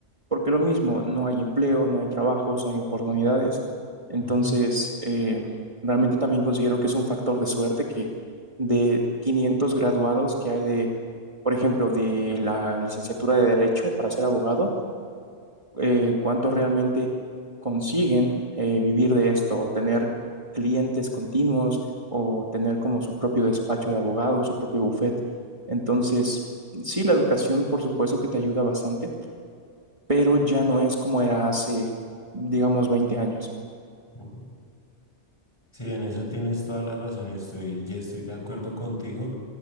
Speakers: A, on the right; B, on the left.
A: porque lo mismo, no hay empleo, no hay trabajos, no hay oportunidades. Entonces,
B: Ujú,
A: eh, realmente también considero que es un factor de suerte que de 500 graduados que hay de, por ejemplo, de la licenciatura de Derecho para ser abogado, eh, cuántos realmente consiguen eh, vivir de esto o tener clientes continuos o tener como su propio despacho de abogados, su propio bufet. Entonces, sí, la educación por supuesto que te ayuda bastante, pero ya no es como era hace, digamos, 20 años.
B: ujú. Sí, en eso tienes toda la razón, estoy, ya estoy de acuerdo contigo.